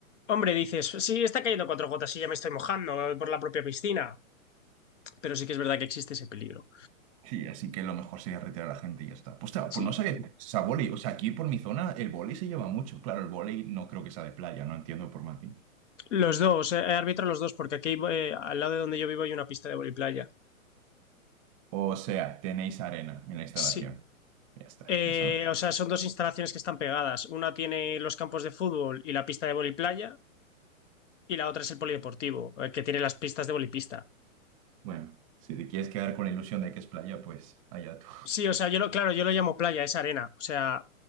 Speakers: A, on the left; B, on the right.
A: hombre, dices, sí, está cayendo cuatro gotas y ya me estoy mojando por la propia piscina, pero sí que es verdad que existe ese peligro.
B: Sí, así que lo mejor sería retirar a la gente y ya está. Pues, claro,
A: Sí,
B: pues no sabía que se a vóley, o sea, aquí por mi zona el vóley se lleva mucho, claro, el vóley no creo que sea de playa, no entiendo por Martín.
A: los dos, eh, arbitro los dos, porque aquí eh, al lado de donde yo vivo hay una pista de voliplaya.
B: O sea, tenéis arena en la instalación.
A: Sí.
B: Ya está,
A: Eh,
B: eso no.
A: o sea, son dos instalaciones que están pegadas. Una tiene los campos de fútbol y la pista de voliplaya y la otra es el polideportivo, el que tiene las pistas de bolipista.
B: Bueno, si te quieres quedar con la ilusión de que es playa, pues allá tú.
A: Sí, o sea, yo lo, claro, yo lo llamo playa, es arena. O sea,